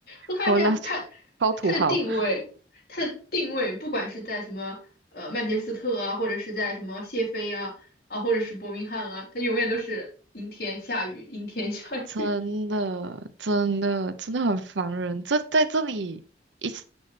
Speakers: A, on the left; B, on the right.
A: 我看见他
B: 我那超土豪。
A: 他的定位，他的定位，不管是在什么呃曼彻斯特啊，或者是在什么谢菲啊啊，或者是伯明翰啊，他永远都是阴天下雨，阴天下雨。
B: 真的，真的，真的很烦人。这在这里一次